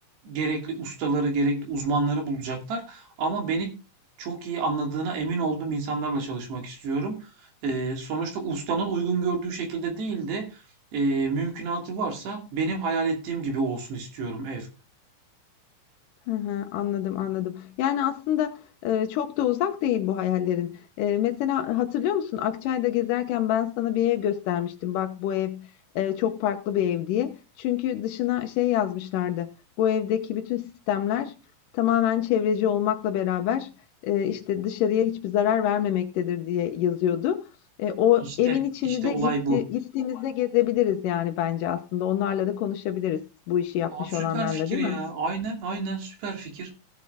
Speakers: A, on the right; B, on the left.
A: gerekli ustaları, gerekli uzmanları bulacaklar. Ama beni çok iyi anladığına emin olduğum insanlarla çalışmak istiyorum. Eee, sonuçta ustanın uygun gördüğü şekilde değil de eee, mümkünatı varsa benim hayal ettiğim gibi olsun istiyorum ev.
B: Hı hı, anladım, anladım. Yani aslında, eee, çok da uzak değil bu hayallerin. Eee, mesela hatırlıyor musun? Akçay'da gezerken ben sana bir ev göstermiştim. Bak bu ev, eee, çok farklı bir ev diye. Çünkü dışına şey yazmışlardı. Bu evdeki bütün sistemler tamamen çevreci olmakla beraber, eee, işte dışarıya hiçbir zarar vermemektedir diye yazıyordu. Eee, o
A: İşte
B: evin içini
A: işte
B: de
A: olay
B: gitti
A: bu.
B: gittiğimizde gezebiliriz yani bence aslında. Onlarla da konuşabiliriz bu işi yapmış
A: Aa, süper
B: olanlarla,
A: fikir
B: değil
A: ya.
B: mi?
A: Aynen aynen süper fikir.